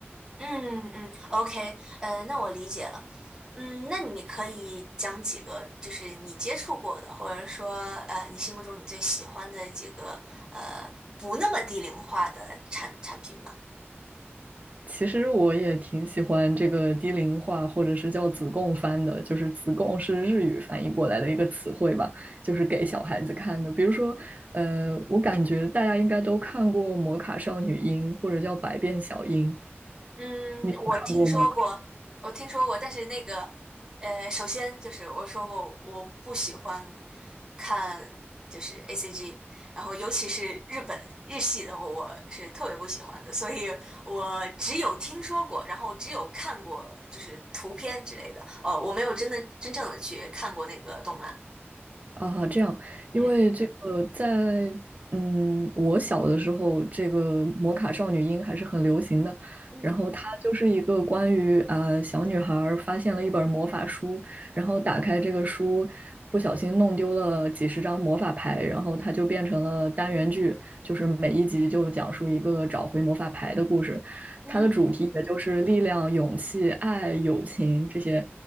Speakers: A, on the right (about 20°); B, on the right (about 35°).
A: 嗯嗯，OK，呃，那我理解了。嗯，那你可以讲几个，就是你接触过的，或者说，呃，你心目中你最喜欢的几个，呃，不那么低龄化的产产品吗？
B: 其实我也挺喜欢这个低龄化，或者是叫子贡番的，就是子贡是日语翻译过来的一个词汇吧，就是给小孩子看的。比如说，呃，我感觉大家应该都看过《魔卡少女樱》或者叫《百变小樱》，
A: 嗯，
B: 你有看过吗？
A: 我听说过，我听说过，但是那个，呃，首先就是我说过，我不喜欢看就是 A C G，然后尤其是日本日系的，我我是特别不喜欢的，所以我只有听说过，然后只有看过就是图片之类的，哦，我没有真的真正的去看过那个动漫。
B: 啊，这样，因为这个在嗯，
A: 嗯
B: 我小的时候，这个摩卡少女樱还是很流行的。
A: 嗯
B: 然后它就是一个关于呃小女孩儿发现了一本魔法书，然后打开这个书，不小心弄丢了几十张魔法牌，然后它就变成了单元剧，就是每一集就讲述一个找回魔法牌的故事。
A: 嗯
B: 它的主题也就是力量、勇气、爱、友情这些，